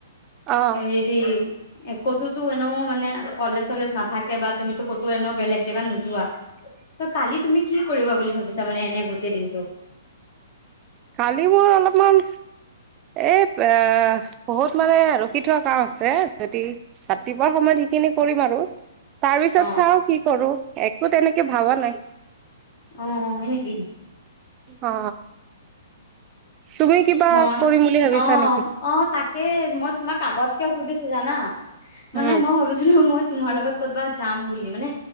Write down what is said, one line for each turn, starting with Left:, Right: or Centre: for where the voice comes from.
Right: অ
Left: হে হেৰি এ ক'তোতো এনেও মানে কলেজ-চলেজ নাথাকে বা তুমিতো ক'তো এনে বেলেগ জেগাত নোযোৱা
Right: <inaudible>
Left: ত কালি তুমি কি কৰিবা বুলি ভাবিছা মানে এনে গোটেই দিনটো?
Right: কালি মই অলপমান এই এ বহুত মানে ৰখি থোৱা কাম আছে যদি ৰাতিপুৱা সময়ত সেইখিনি কৰিম আৰু। তাৰ পিছত
Left: অ',
Right: চাও কি কৰো একো তেনেকে ভাবা নাই।
Left: অ হয় নেকি।
Right: অ তুমি কিবা
Left: মই
Right: কৰিম বুলি ভাবিছা
Left: অ',
Right: নেকি?
Left: অ তাকে মই তোমাক আগত কিয় সুধিছো জানা? মানে
Right: উম
Left: মই ভাবিছিলো মই তোমাৰ লগত ক'ৰবাত যাম বুলিি মানে